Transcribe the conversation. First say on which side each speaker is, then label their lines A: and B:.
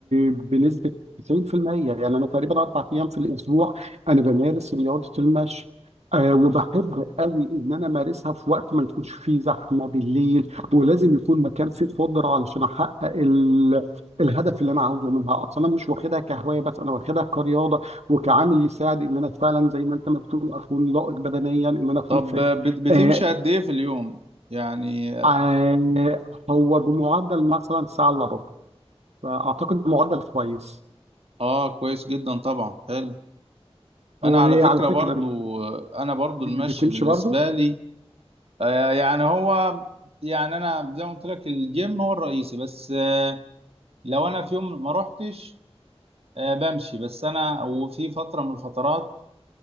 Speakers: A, on the right (about 85°); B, on the right (about 65°).
A: بنسبة 90% يعني أنا تقريبا أربع أيام في الأسبوع أنا بمارس رياضة المشي أه وبحب قوي ان انا امارسها في وقت ما يكونش فيه زحمه بالليل ولازم يكون مكان فيه خضره علشان احقق ال... الهدف اللي انا عاوزه منها اصلا انا مش واخدها كهوايه بس انا واخدها كرياضه وكعامل يساعد ان انا فعلا زي ما انت ما بتقول اكون لائق بدنيا ان انا اكون
B: طب
A: فت
B: آه، بت- بتمشي
A: آه
B: قد ايه في اليوم يعني
A: آه هو بمعدل مثلا ساعه الا ربع فاعتقد معدل كويس
B: اه كويس جدا طبعا حلو انا
A: وعلى
B: على فكرة برضو
A: فكره
B: انا برضو المشي
A: بتمشي
B: بالنسبة
A: برضو
B: لي آه يعني هو يعني انا زي ما قلت لك الجيم هو الرئيسي بس آه لو انا في يوم ما روحتش آه بمشي بس انا وفي فترة من الفترات